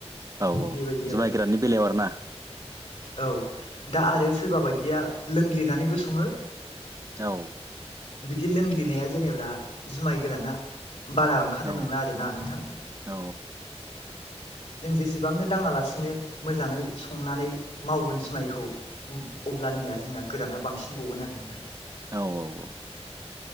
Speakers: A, on the right; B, on the left.
A: औ औ
B: बेबायदि
A: जुमाय
B: आरो
A: गोराननि बेलायाव आरोना
B: औ दा आरो सोरबा बायदिया लोंग्लिनानैबो सङो
A: औ
B: बिदि लोंग्लिनाया जेनेबा जुमाय गोराना बारा ओंखारनाय
A: औ
B: नंला आरो ना नोंथां
A: औ
B: जों जेसेबांनो दाङालासिनो मोजाङै संनानै मावगोन जुमायखौ अब्लानिया जोंना गोराना बांसिन गगोन आरो नोंथां
A: औ औ औ